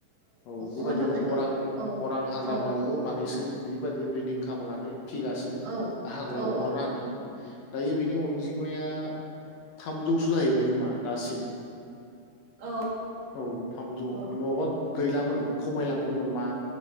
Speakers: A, on the left (about 65°); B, on the right (about 90°).
A: औ बेबायदिनो
B: अमा थावख्रिखौ
A: अरां
B: औ
A: अरां हाग्रामायावबो
B: औ
A: मानैसो बिबायदि ब्रिदिं खामहोनानै फिगासिनो
B: औ
A: हाग्रायाव
B: औ
A: अगारना होदों दायो बिनि अनजिमाया थामजौसो जाहैबाय खोमा दासिम।
B: औ
A: औ थामजौ
B: औ
A: नङाबा गैलामोन खमायलांबायमोन मा